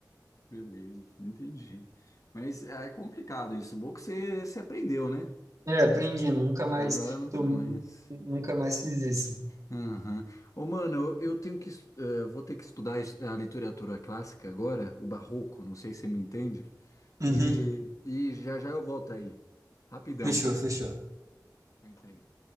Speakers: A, on the left; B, on the right.
A: Beleza, entendi. Mas ah, é complicado isso. Bom que você, você aprendeu, né?
B: É, aprendi, nunca mais,
A: Agora nunca
B: tô,
A: mais.
B: nunca mais fiz isso.
A: Aham. Ô, mano, eu, eu tenho que, es- eh, vou ter que estudar es- a literatura clássica agora, o barroco, não sei se você me entende,
B: Uhum,
A: e, e já já eu volto aí. Rapidão,
B: fechou,
A: viu?
B: fechou.
A: Aguenta aí.